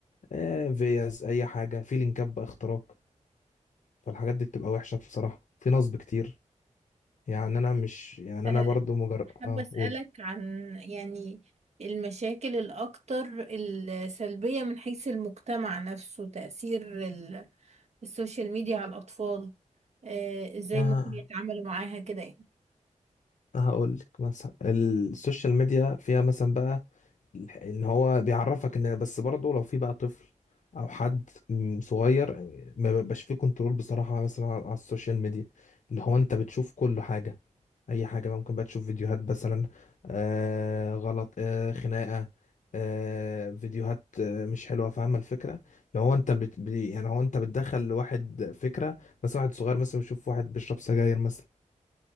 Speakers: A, on the left (about 75°); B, on the right (about 60°).
A: آه فيز اي حاجة في لينكات بقى اختراق فالحاجات دي بتبقى وحشة بصراحة في نصب كتير يعني انا مش يعني
B: آه
A: انا برضو مجرد
B: حابة
A: اه
B: أسألك
A: قول
B: عن يعني المشاكل الأكتر السلبية من حيث المجتمع نفسه تأثير ال- السوشيال ميديا على الأطفال آه إزاي
A: آه
B: ممكن يتعاملوا معاها كده
A: هقول لك مثلا السوشيال ميديا فيها مثلا بقى الح- ان هو بيعرفك ان بس برضه لو في بقى طفل او حد م- صغير ما بيبقاش فيه كنترول بصراحة مثلا على على السوشيال ميديا اللي هو انت بتشوف كل حاجة اي حاجه بقى ممكن بقى تشوف فيديوهات مثلا آه غلط آه خناقه آه فيديوهات آه مش حلوه فاهمه الفكره لو هو انت بت... بي- يعني هو انت بتدخل لواحد فكره مثلا واحد صغير مثلا يشوف واحد بيشرب سجاير مثلا